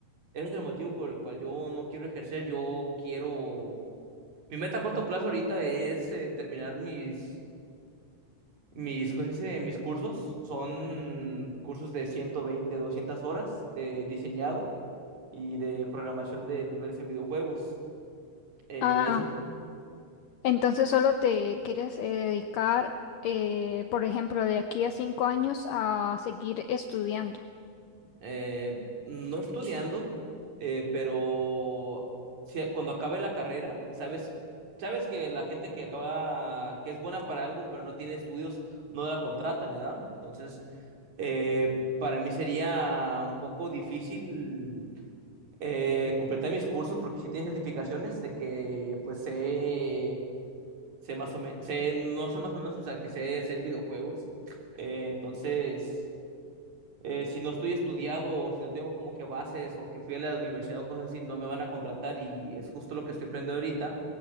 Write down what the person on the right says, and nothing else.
ese es el motivo por el cual yo no quiero ejercer, yo quiero... Mi meta a corto plazo ahorita es eh, terminar mis, mis, ¿cómo se dice? mis cursos. Son cursos de 120 200 horas de diseñado y de programación de niveles en videojuegos. Eh,
ese
eh, no estudiando, eh, pero si- cuando acabe la carrera, sabes, sabes que la gente que acaba, que es buena para algo, pero no tiene estudios, no la contratan, ¿verdad? Entonces, eh, para mí sería un poco difícil eh, completar mis cursos porque si tiene certificaciones de que pues sé, sé más o menos, sé, no sé más o menos, o sea, que sé hacer videojuegos. Eh, entonces eh, si no estoy estudiado o si no tengo como que bases o que fui a la universidad o cosas así, no me van a contratar y es justo lo que estoy aprendiendo ahorita,